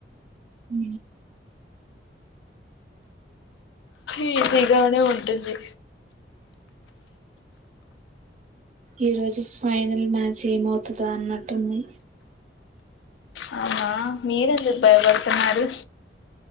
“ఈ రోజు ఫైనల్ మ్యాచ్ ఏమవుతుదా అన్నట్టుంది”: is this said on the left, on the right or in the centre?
Right